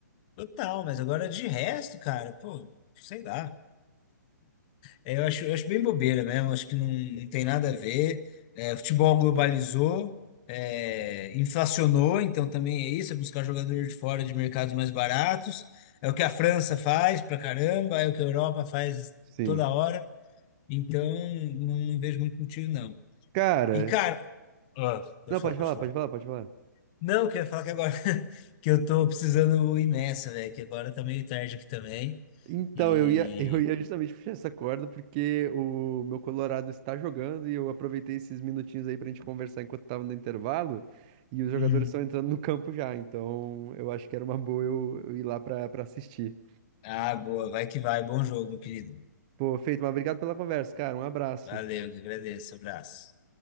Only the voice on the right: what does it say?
Sim.
Cara,
não, pode
falar,
pode falar, pode falar.
Então,
eu ia, <laughs> eu ia justamente puxar essa corda porque o meu Colorado está jogando e eu aproveitei esses minutinhos aí pra gente conversar enquanto tava no intervalo e os jogadores
estão entrando no campo já, então eu acho que era uma boa eu, eu ir lá pra, pra assistir.
Pô, feito, mas obrigado pela conversa, cara. Um abraço.